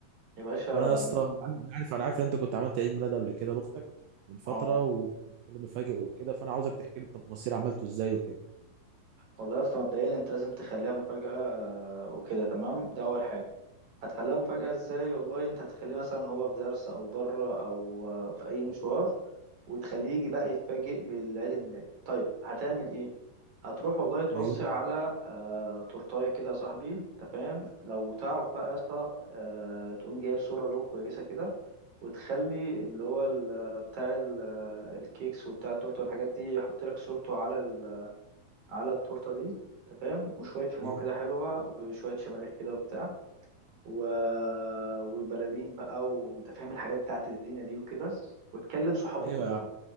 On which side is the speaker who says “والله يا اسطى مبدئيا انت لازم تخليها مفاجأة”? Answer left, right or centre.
Right